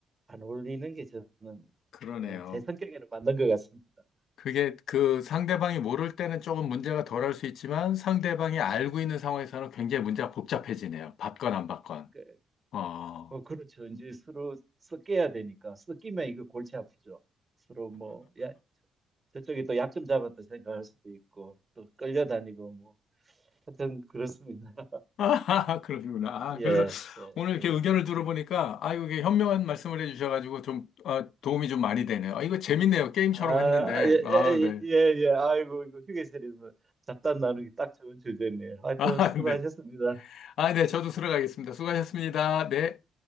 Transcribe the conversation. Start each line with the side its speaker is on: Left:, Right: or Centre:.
Right: 안 어울리는 게 저는
Left: 그러네요.
Right: 어, 제 성격에는 맞는 것 같습니다.
Left: 그게 그 상대방이 모를 때는 조금 문제가 덜할 수 있지만 상대방이 알고 있는 상황에서는 굉장히 문제가 복잡해지네요. 받건 안 받건.
Right: 그,
Left: 어.
Right: 어, 그렇죠. 이제 서로 섞여야 되니까 섞이면 이거 골치 아프죠. 서로 뭐 야, 저쪽이 또 약점 잡았다 생각할 수도 있고 또 끌려다니고 뭐 하여튼 그렇습니다. <laughs>
Left: 아, <laughs> 그러시구나. 아,
Right: 예,
Left: 그래서
Right: 예,
Left: 오늘 이렇게
Right: 예.
Left: 의견을 들어보니까, 아, 이게 현명한 말씀을 해주셔가지고 좀 아, 도움이 좀 많이 되네요. 아, 이거 재밌네요. 게임처럼
Right: 아,
Left: 했는데.
Right: 예,
Left: 아,
Right: 예,
Left: 네.
Right: 예, 예. 아이고, 이거 휴게실에서 잡담 나누기 딱 좋은 주제네요. 하여튼
Left: 아,
Right: 수고하셨습니다.
Left: <laughs> 네. 아, 네. 저도 들어가겠습니다. 수고하셨습니다. 네.